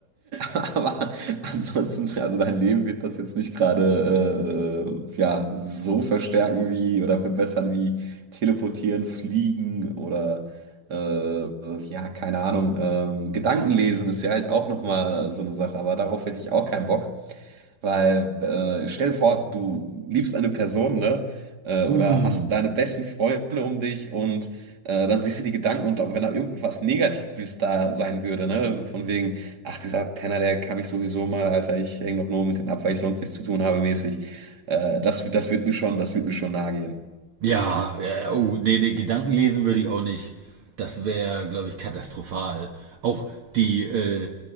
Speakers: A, on the right; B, on the right.
A: <laughs> aber ansonsten, also dein Leben wird das jetzt nicht gerade äh, ja, so verstärken wie oder verbessern wie teleportieren, fliegen oder äh, ja, keine Ahnung. Ähm, Gedanken lesen ist ja halt auch nochmal so eine Sache, aber darauf hätte ich auch keinen Bock, weil äh, stell dir vor, du liebst eine Person, ne? Äh, oder
B: Hm.
A: hast deine besten Freunde um dich und äh, dann siehst du die Gedanken und wenn da irgendwas Negatives da sein würde, ne? Von wegen, ach, dieser Penner, der kann mich sowieso mal, Alter, ich hänge doch nur mit denen ab, weil ich sonst nichts zu tun habe, mäßig. Äh, das, das wird mir schon, das wird mir schon nahe gehen.
B: Ja, ja, oh, nee, nee, Gedanken lesen würde ich auch nicht. Das wäre, glaube ich, katastrophal. Auch die, äh,